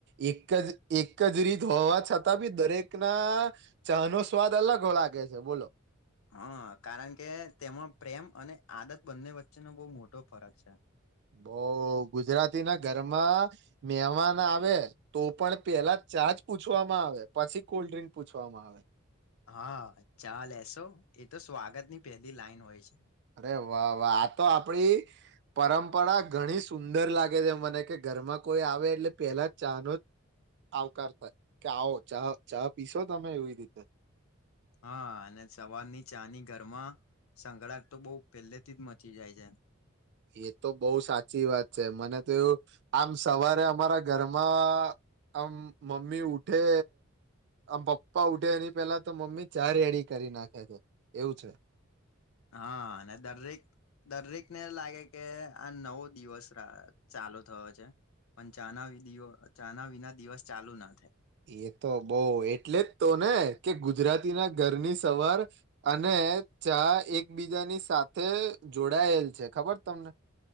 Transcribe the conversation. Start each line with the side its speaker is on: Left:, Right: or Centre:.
Right: એકજ એકજ રીત હોવા છતાં બી દરેક નાં ચાનો સ્વાદ અલગ લાગે છે બોલો.
Left: હા, કારણ કે તેમાં પ્રેમ અને આદત બંને વચ્ચેનો બો મોટો ફરક છે.
Right: બોઉ ગુજરાતીનાં ઘરમાં મેમાન આવે. તો પણ પેલા ચા જ પૂછવામાં આવે પછી કોલ્ડ્રિંક પૂછવામાં આવે.
Left: હા, ચા લેસો એતો સ્વાગતની પેલી લાઈન હોય છે.
Right: અરે વાહ વાહ, આતો આપડી પરમ્પરા ઘણી સુંદર લાગે છે મને કે ઘરમાં કોઈ આવે એટલે પેલા ચાનો આવકાર થાય કે આવો ચા ચા પીશો તમે એવી રીતે.
Left: હા, અને સવારની ચાની ઘરમાં સંગળાટતો બો પેલેથી જ મચી જાય છે.
Right: એતો બહુ સાચી વાત છે મને તો એવું આમ સવારે અમારા ઘરમાં આમ મમ્મી ઉઠે આમ પપ્પા ઉઠે એની પેલા તો મમ્મી ચા રેડી કરી નાખે છે. એવું છે.
Left: હા, અને દરેક દરેકને લાગે કે આ નવો દિવસ અ ચાલુ થયો છે પણ ચાના દ ચાના વિના દિવસ ચાલુનાં થાય.
Right: એતો બો એટલે જ તોને કે ગુજરાતીનાં ઘરની સવાર અને ચા એકબીજાની સાથે જોડાયેલ છે ખબર તમને.